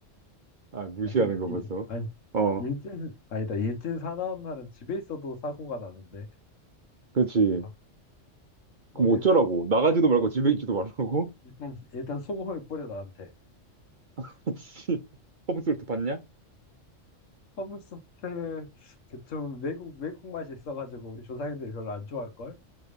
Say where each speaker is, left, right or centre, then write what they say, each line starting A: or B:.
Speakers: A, on the right; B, on the left.
A: 아, 무시하는
B: 아니
A: 거
B: 이,
A: 벌써.
B: 아니
A: 어,
B: 일진 아니다 일진 사나운 날은 집에 있어도 사고가 나는데.
A: 그렇지.
B: 야, 어디
A: 그럼 어쩌라고? 나가지도 말고
B: 어,
A: 집에 있지도 말라고?
B: 일단 일단 소금을 뿌려 나한테.
A: <laughs> 씨, 허브솔트 봤냐?
B: 허블소스는 좀 외국 외국 맛이 있어가지고 우리 조상님들이 별로 안 좋아할걸?